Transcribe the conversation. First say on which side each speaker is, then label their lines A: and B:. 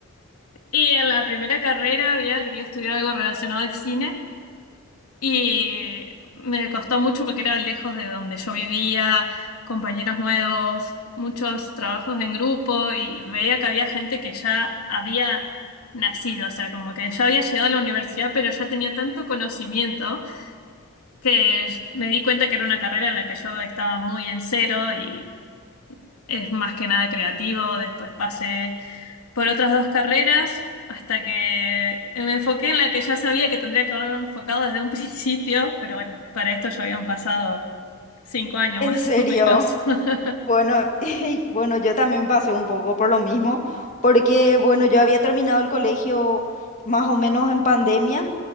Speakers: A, on the left (about 85°); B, on the left (about 35°).
A: Y en la primera carrera había querido estudiar algo relacionado al cine y me costó mucho porque era lejos de donde yo vivía, compañeros nuevos, muchos trabajos en grupo y veía que había gente que ya había nacido, o sea, como que ya había llegado a la universidad, pero ya tenía tanto conocimiento que me di cuenta que era una carrera en la que yo estaba muy en cero y es más que nada creativo. Después pasé por otras dos carreras hasta que me enfoqué en la que ya sabía que tendría que haberme enfocado desde un <laughs> principio, pero bueno, para esto ya habían pasado cinco años
B: En
A: más
B: serio.
A: o menos. <laughs>
B: Bueno, <laughs> y bueno, yo también pasé un poco por lo mismo, porque bueno, yo había terminado el colegio más o menos en pandemia